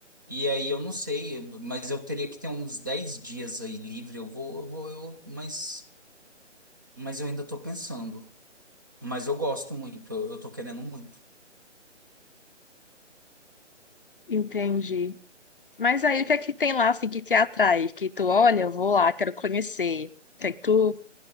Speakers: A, on the right (about 15°); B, on the left (about 45°).
A: E aí eu não sei, mas eu teria que ter uns 10 dias aí livre. Eu vou, eu vou, eu, mas. mas eu ainda tô pensando. Mas eu gosto muito, eu, eu tô querendo muito.
B: entendi. Mas aí o que é que tem lá assim que te atrai? Que tu olha, eu vou lá, quero conhecer. O que é que tu